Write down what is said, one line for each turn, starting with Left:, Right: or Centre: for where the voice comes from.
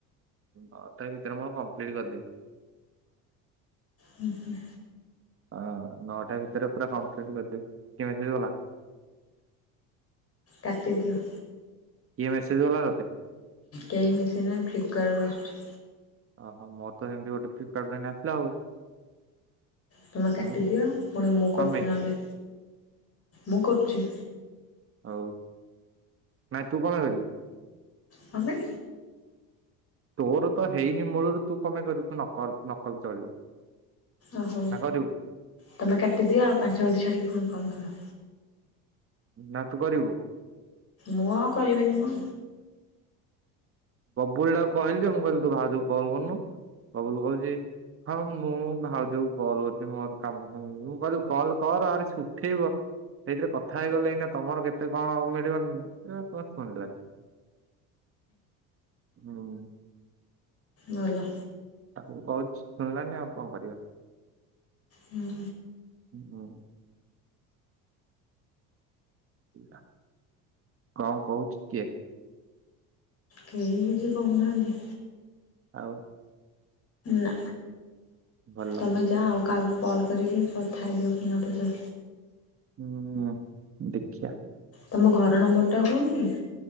Right: ହଁ ତା ଭିତରେ ମୁଁ କମ୍ପ୍ଲିଟ କରିଦେବି।
Left: ହୁଁ ହୁଁ
Right: ହଁ ନଅଟା ଭିତରେ ପୁରା କମ୍ପ୍ଲିଟ କରିଦେବି କେମତି ହେଇଗଲା?
Left: କାଟି ଦିଅ।
Right: କିଏ ମେସେଜ କଲା ତତେ?
Left: କେହି ମେସେଜ ନାହିଁ ଫ୍ଲିପକାର୍ଟରୁ ଆସୁଛି।
Right: ଓହୋ ତ ସେମିତି ଗୋଟେ ଫ୍ଲିପକାର୍ଟରୁ ଏଇନା ଆସିଲ ଆଉ
Left: ତମେ କାଟିଦିଅ
Right: ହୁଁ।
Left: ପୁଣି ମୁଁ କରୁଛି
Right: କମେ
Left: ନହେଲେ ମୁଁ କରୁଛି।
Right: ହଉ ନାଇଁ ତୁ କଣ ଭାବିବୁ?
Left: ତମେ?
Right: ତୋର ତ ହେଇନି ମୂଳରୁ ତୁ କଣ ପାଇଁ କରିବୁ ତୁ ନକଲେ ଚଳିବ।
Left: ଓହୋ
Right: ନା କରିବୁ
Left: ତମେ କାଟିଦିଅ ଆଉ ପାଞ୍ଚ ମିନିଟ୍ ଛାଡିକି ଫୁଣି କଲ କର।
Right: ନା ତୁ କରିବୁ?
Left: ମୁଁ ଆଉ କରିବିନି ମ?
Right: ବବୁଲଟାକୁ କହିଲି ଯେ ମୁଁ କହିଲି ତୁ ଭାଉଜକୁ କଲ କରନୁ ବବୁଲ କହୁଛି ହଁ ମୁଁ ଭାଉଜକୁ କଲ କରୁଛି ମୋର କାମ ମୁଁ କହିଲି କଲ୍ କର ଆରେ ସେ ଉଠେଇବ। ସେଇଥିରେ କଥା ହେଇଗଲ ଏଇନା ତମର କେତେ କଣ ମିଳିବନି ଏ ଶୁଣିଲାନି। ହୁଁ।
Left: ଗଲା।
Right: ଟାକୁ କହୁଛି ଶୁଣିଲାଣି ଆଉ କଣ କରିବା?
Left: ହୁଁ
Right: ହୁଁ। ଆଉ କଣ କହୁଛି କିଏ?
Left: କେହି କିଛି କହୁନାହାନ୍ତି?
Right: ଆଉ
Left: ନା
Right: ଭଲ
Left: ତୁମେ ଯାଅ ଆଉ କାହାକୁ କଲ୍ କରିକି କଥା ହେଇଯାଅ ଆଉ ଟିକେ
Right: ହୁଁ ଦେଖିବା।
Left: ତମ ଘର ନମ୍ବରଟା ହଉନି।